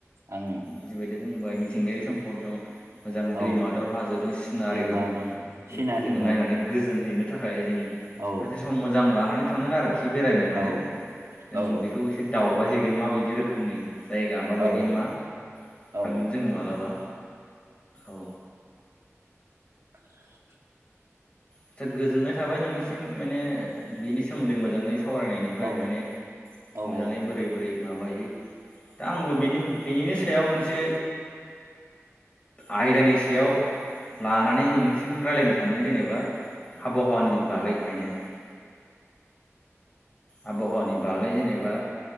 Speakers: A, on the right (about 70°); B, on the left (about 25°).
A: आं
B: जिबायदि बुंबाय मिथिंगायारि सम्द दं मोजां दैमा
A: औ
B: दं हाजो दं सिनारि
A: दैमा
B: दं बेखौ
A: सिनारि
B: जोङो
A: दं
B: नायनानै गोजोनहैनो थाखाय जों
A: औ
B: सानसे सम मोजां लानानै थांगोन आरो खि बेरायनो माने
A: औ
B: जों
A: औ
B: बेखौ एसे दावबाय हैैगोन माबायदि रोखोमनि जायगा माबायदि
A: औ
B: मा
A: औ
B: थांगोन जों माब्लाबा औ
A: <unintelligible>
B: आदसा गोजोननाय थाबाय नोंनिसिम माने बिनि सोमोन्दै मोजाङै सावरायनायनिफ्राय
A: औ
B: माने
A: औ
B: मोजाङै
A: औ
B: बोरै बोरै माबायो दा आंबोनि बेनिनो सायाव मोनसे आयदानि सायाव लानानै नोंनिसिम रायज्लायनो सानदों जेनेबा आबहावानि बागै मे हदों आबहावानि बागै जेनेबा